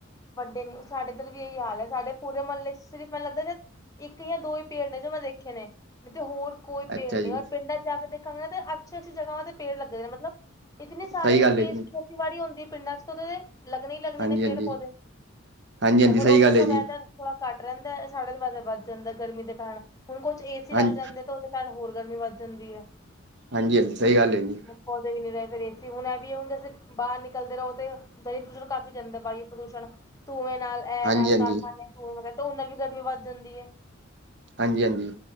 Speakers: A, on the left; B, on the right.
A: ਵੱਡੇ ਨੀ, ਓ ਸਾਡੇ ਇੱਧਰ ਵੀ ਏਈ ਹਾਲ ਹੈ, ਸਾਡੇ ਪੂਰੇ ਮੱਲੇ ਚ ਸਿਰਫ ਮੈਨੂੰ ਲੱਗਦਾ ਜੇ ਇੱਕ ਯਾਂ ਦੋ ਹੀ ਪੇੜ ਨੇ ਜੋ ਮੈਂ ਦੇਖੇ ਨੇ, ਨਈ ਤੇ ਹੋਰ ਕੋਈ ਪੇੜ
B: ਅੱਛਾ
A: ਨੀ,
B: ਜੀ
A: ਔਰ ਪਿੰਡਾਂ ਚ ਜਾ ਕੇ ਦੇਖਾਂਗੇ ਨਾ, ਤੇ ਅੱਛੇ-ਅੱਛੀ ਜਗਾਵਾਂ ਦੇ ਪੇੜ ਲੱਗੇ ਦੇ ਨੇ, ਮਤਲਬ ਇਤਨੀ ਸਾਰੇ
B: ਸਹੀ ਗੱਲ
A: ਸਪੇਸ
B: ਹੈ ਜੀ।
A: ਖੇਤੀਬਾੜੀ ਹੁੰਦੀ ਏ ਪਿੰਡਾਂ ਚ ਓਦੋ, ਤੇ ਲੱਗਨੇ ਹੀ ਲੱਗਨੇ
B: ਹਾਂਜੀ-ਹਾਂਜੀ,
A: ਨੇ ਪੇੜ-ਪੌਦੇ
B: ਹਾਂਜੀ-ਹਾਂਜੀ
A: ਓ ਫੇਰ
B: ਸਹੀ
A: ਓੱਧਰ
B: ਗੱਲ ਹੈ
A: ਦਾ
B: ਜੀ
A: ਵੈਦਰ ਥੋੜਾ ਘੱਟ ਰੈਂਦੈ, ਸਾਡਾ ਵੈਦਰ ਵੱਧ ਜਾਂਦੈ ਗਰਮੀ ਦੇ ਕਾਰਨ, ਹੁਣ ਕੁਛ ਏ ਸੀ
B: ਹਾਂਜੀ।
A: ਲੱਗ ਜਾਂਦੇ ਤੇ ਓਦੇ ਪੈਣ ਹੋਰ ਗਰਮੀ ਵੱਧ ਜਾਂਦੀ ਐ।
B: ਹਾਂਜੀ, ਹਾਂਜੀ ਸਈ ਗੱਲ ਹੈਗੀ।
A: ਪੌਦੇ ਵੀ ਨੀ ਰਏ, ਫੇਰ ਏ ਸੀ, ਹੁਨ ਐ ਵੀ ਹੁੰਦੇ ਸੀ। ਬਾਰ ਨਿਕਲਦੇ ਰਓ ਤੇ ਪ੍ਰਦੂਸ਼ਣ ਘੱਟ ਵੀ ਜਾਂਦੈ, ਵਾਯੁ ਪ੍ਰਦੂਸ਼ਣ ਧੂੰਏ ਨਾਲ, ਐ
B: ਹਾਂਜੀ
A: ਨਾਲ
B: ਹਾਂਜੀ
A: ਕਾਰਖਾਨੇ, ਧੂੰਏ ਵਗੈਰਾ ਉਦੇ ਨਾਲ ਵੀ ਗਰਮੀ ਵੱਧ ਜਾਂਦੀ ਏ।
B: ਹਾਂਜੀ, ਹਾਂਜੀ।